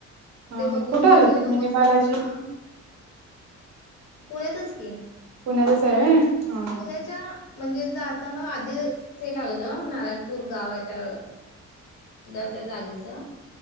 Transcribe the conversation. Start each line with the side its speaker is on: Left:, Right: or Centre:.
Right: हा
Left: ते बघून
Right: हा कुठं
Left: मग
Right: आलं ते
Left: नऊ
Right: मिनी
Left: वाजता
Right: बालाजी
Left: तिथं पुण्यातच की
Right: पुण्यातच हाय व्हय? हा हा
Left: पुण्याच्या म्हणजे जाताना आधी ते लागलं, नारायणपूर गाव आहे त्या ल त्या जागेचं